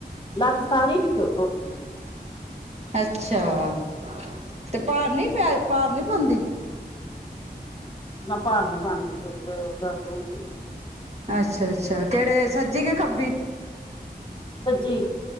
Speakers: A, on the left; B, on the right.
A: ਲੱਤ ਸਾਰੀ ਵਿੱਚੋਂ ਟੁੱਟ ਗਈ
B: ਅੱਛਾ, ਤੇ ਭਾਰ ਨੀ ਪਿਆ, ਭਾਰ ਨੀ ਪਾਂਦੀ।
A: ਨਾ ਭਾਰ ਨੀ ਪਾਂਦੀ ਏ, ਫੇਰ ਓਧਰ ਦਰਦ ਹੁੰਦੀ ਏ।
B: ਅੱਛਾ, ਅੱਛਾ ਕੇੜੇ ਸੱਜੀ ਕੇ ਖੱਬੀ?
A: ਸੱਜੀ